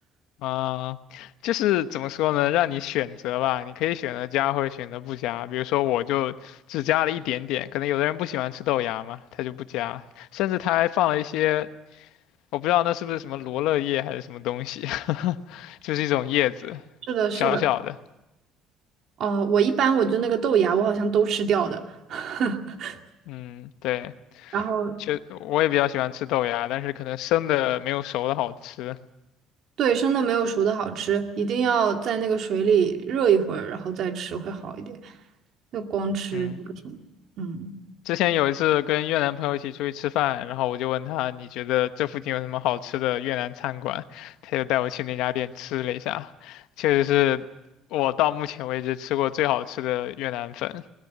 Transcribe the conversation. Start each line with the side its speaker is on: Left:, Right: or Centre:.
Left: 啊，就是怎么说呢，让你选择吧，你可以选择加或者选择不加。比如说，我就只加了一点点，可能有的人不喜欢吃豆芽嘛，他就不加，甚至他还放了一些，我不知道那是不是什么罗勒叶还是什么东西，<laughs> 就是一种叶子，
Right: 是的，是的。
Left: 小小的。
Right: 哦，我一般我就那个豆芽，我好像都吃掉的。<laughs>
Left: 嗯，对，
Right: 然后。
Left: 就我也比较喜欢吃豆芽，但是可能生的没有熟的好吃。
Right: 对，生的没有熟的好吃，一定要在那个水里热一会儿，然后再吃会好一点。就光吃不行。
Left: 嗯。
Right: 嗯。
Left: 之前有一次跟越南朋友一起出去吃饭，然后我就问他，你觉得这附近有什么好吃的越南餐馆？他就带我去那家店吃了一下，确实是我到目前为止吃过最好吃的越南粉。